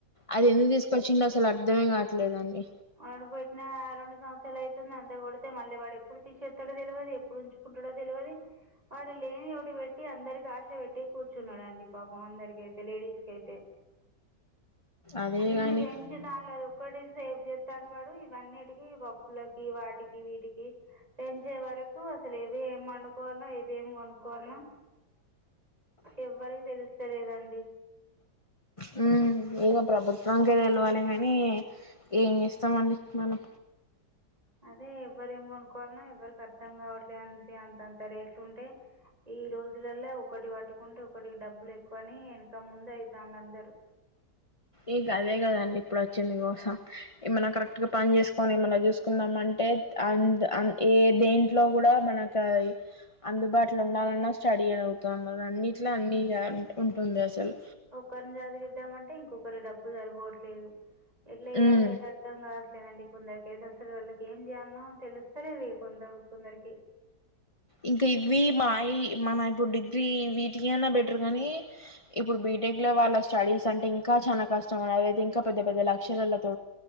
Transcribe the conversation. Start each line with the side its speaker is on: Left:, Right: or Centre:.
Left: అది ఎందుకు తీస్ కొచ్చిండో అసలు అర్ధమే కావట్లేదండి
Right: వాడు పెట్టినా ఆ రెండు సంవత్సరాలు అయితుంది అంత కొడితే మళ్ళీ వాడు ఎప్పుడు తీసేస్తాడో తెలువది ఎప్పుడు ఉంచుకుం తెల్వది వాడు లేని ఓటి పెట్టి అందరికి ఆశ పెట్టే కూర్చున్నాడండి పాపం అందరికి అయితే లేడీస్ కైతే
Left: అదే
Right: అన్ని
Left: గాని
Right: పెంచుతాండు అది ఒక్కటి సేవ్ చేస్ తాండు వాడు ఇవన్నిటికి పప్పులకి వాటికి వీటికి పెంచే వరకు అసలు ఏవి ఏం వండుకోవాన్లో ఎ ఇదేమనుక్కోవాల్నో ఎవ్వరికి తెలుస్తలేదండి
Left: హుమ్ ఇగ ప్రభుత్ త్వంకే తెలువాలే కానీ ఏం చేస్తామండి మనం
Right: అదే ఎవ్వరేం కొనుకోవాల్నో ఎవ్వరికి అర్థం కావట్లేదు అందుకే అంతంత రేట్లు ఉంటే ఈ రోజులలో ఒకటి పట్టుకుంటే ఒకటి డబ్బులు ఎక్కువ అని వెనక ముంది అయి తాళ్లందరు
Left: ఇగ అదే కదండి ఇప్పుడు వచ్చింది గోస ఏమన్నా కరెక్ట్ గా పని చేసుకొని ఏమనా చూసుకుందాం అంటే అంద్ అ ఏ దేంట్లో కూడా మనకు అందుబాటులో ఉండాలన్నా స్టడీ అవ్ అన్నిట్ల అన్ని ఉంటుంది అసలు
Right: ఒకరిని చదివిద్దామంటే ఇంకొకరి డబ్బు సరిపోవట్లేదు ఎట్ల చెయ్యాలే
Left: ఉమ్
Right: ఎట్ అర్థంగా లేదండి కొందరికైతే అసలు వాళ్ళకి ఏం చేయాల్నో తెలుస్తలేదు కొ త కొందరికి
Left: ఇంకా ఇవి మాయి మన ఇప్పుడు డిగ్రీ వీటియన్న బెటర్ కానీ ఇప్పుడు బీటెక్ లో వాళ్ళ స్టడీస్ అంటే ఇంకా చాలా కష్టం అండి అవైతే ఇంకా పెద్ద పెద్ద లక్షలలా త